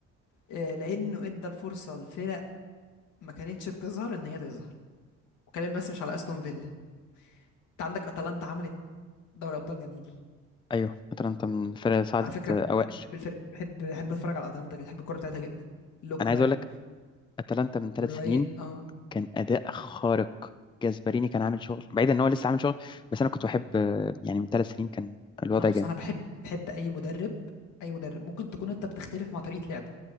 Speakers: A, on the left; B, on the left.
A: آه، لانه ادى الفرصه لفرق ما كانتش بتظهر ان هي تظهر وكلامي بس مش على استون فيلا انت عندك اتلانتا عملت دوري ابطال جميل
B: ايوه اتلانتا من الفرق اللي صعدت
A: على فكره
B: آه،
A: بح-
B: اوائل
A: بحب الفرق بحب بحب اتفرج على اتلانتا جدا بحب الكوره بتاعتها جدا لوكمان
B: انا عايز اقول لك اتلانتا من ثلاث
A: وراين
B: سنين
A: اه
B: كان اداء خارق جاسبريني كان عامل شغل بعيد ان هو لسه عامل شغل بس انا كنت بحب آه، يعني من ثلاث سنين كان الوضع
A: انا بص
B: جامد
A: انا بحب بحب اي مدرب اي مدرب ممكن تكون انت بتختلف مع طريقه لعبه